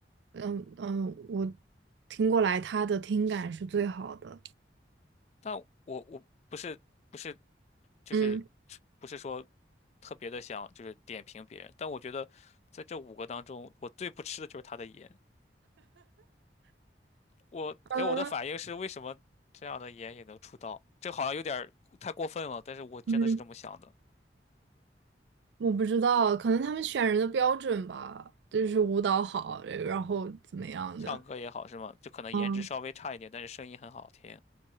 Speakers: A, on the right; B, on the left.
A: 嗯嗯，我听过来他的听感是最好的。
B: 但我我不是不是就是
A: 嗯
B: 不是说特别的想就是点评别人，但我觉得在这五个当中，我最不吃的就是他的颜。我给我的反应是，
A: 嗯，
B: 为什么这样的颜也能出道？这好像有点儿太过分了，但是我真的是这么想的。
A: 嗯，我不知道，可能他们选人的标准吧，就是舞蹈好，然后怎么样的。
B: 唱歌也好是吗？就可能颜值稍微差一点，
A: 嗯，
B: 但是声音很好听，